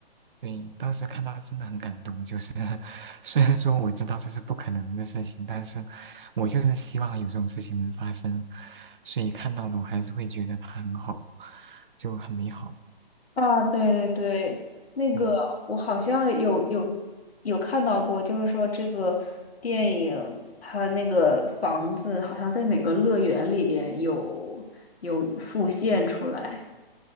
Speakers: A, on the right; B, on the left.
A: 对，当时看到真的很感动，就是 <laughs> 虽然说我知道这是不可能的事情，但是我就是希望有这种事情能发生，所以看到的我还是会觉得他很好，就很美好。
B: 啊！对对对，那个我好像有有
A: 对。
B: 有看到过，就是说这个电影它那个房子好像在哪个乐园里边有有复现出来。